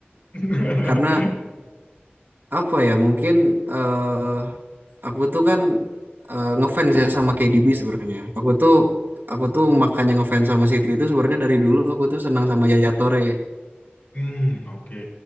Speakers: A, on the left; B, on the right.
A: <laughs>
B: Karena apa ya mungkin eh aku tuh kan eh, ngefans ya sama KDB sebenarnya. Aku tuh aku tuh makanya ngefans sama City itu sebenarnya dari dulu aku tuh senang sama Yaya Toure.
A: Hmm, oke.